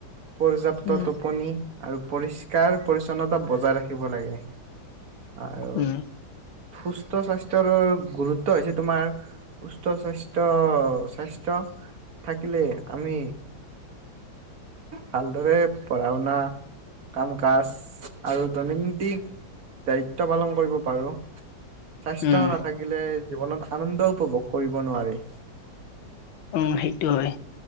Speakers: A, on the right; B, on the left.
A: পৰ্যাপ্ত
B: উম
A: টোপনি আৰু পৰিস্কাৰ পৰিচ্ছন্নতা বজাই ৰাখিব লাগে। আৰ
B: উম।
A: সুস্থ স্বাস্থ্যৰ গুৰুত্ব হৈছে তোমাৰ সুষ্ট স্বাস্থ্য স্বাস্থ্য থাকিলে আমি ভালদৰে পঢ়া-শুনা কাম কাজ আৰু দৈনন্দিক দায়িত্ব পালন কৰিব পাৰো। স্বাস্থ্য
B: উম
A: নাথাকিলে জীৱনত আনন্দ উপভোগ কৰিব নোৱাৰি।
B: উম সেইটো হয়।